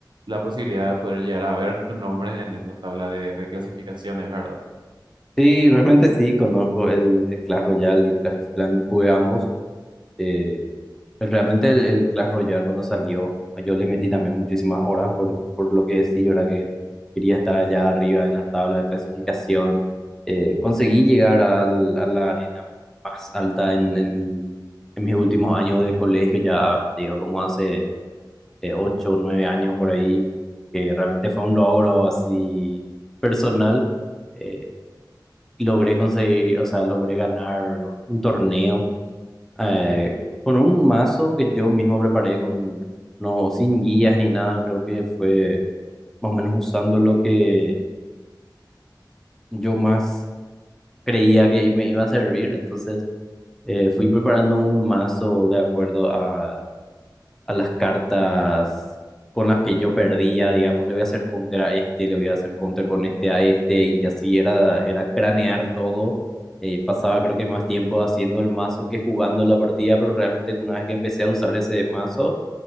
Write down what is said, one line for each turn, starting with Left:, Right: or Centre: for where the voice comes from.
Right: la posibilidad de poder llegar a ver tu nombre en esa tabla de, de clasificaciones, ¿verdad?
Centre: Sí, realmente sí, conozco el, el Clash Royale y el Clash of Clans, jugué ambos. Eh, pues, realmente el, el Clash Royale cuando salió, pues, yo le metí también muchísimas horas por, por lo que sí, ¿verdad? Que quería estar allá arriba en las tablas de clasificación. Eh, conseguí llegar al- a la arena más alta en, en, el- en mis últimos años de colegio, ya te digo, como hace eh, ocho o nueve años por ahí, que realmente fue un logro así personal. eh, logré conseguir, o sea, logré ganar un torneo eh, con un mazo que yo mismo preparé con, no, sin guías ni nada, creo que fue más o menos usando lo que yo más creía que me iba a servir, entonces eh, fui preparando un mazo de acuerdo a a las cartas con las que yo perdía, digamos, le voy a hacer counter a este, le voy a hacer counter con este a este, y así era, era cranear todo. Eh, pasaba creo que más tiempo haciendo el mazo que jugando la partida, pero realmente una vez que empecé a usar ese mazo,